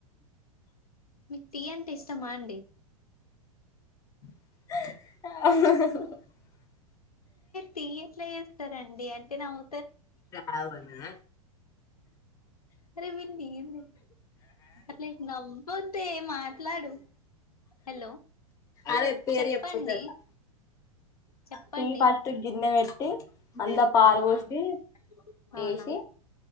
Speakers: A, on the left (about 80°); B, on the left (about 20°).
A: మీకు టీ అంటే ఇష్టమా అండి
B: అవును
A: టీ ఎట్లా చేస్తారండి అంటే నవు
B: రావనా
A: అరే వీ ఏంది అట్లా నవ్వోదే మాట్లాడు హలో
B: అదేపేరు
A: చెప్పండి
B: చెప్పేది అట్లా
A: చెప్పండి
B: టి ఫస్ట్ గిన్నె వెట్టి అంద పాలు
A: అవునా
B: పోసి
A: అండి? అవునా
B: వేసి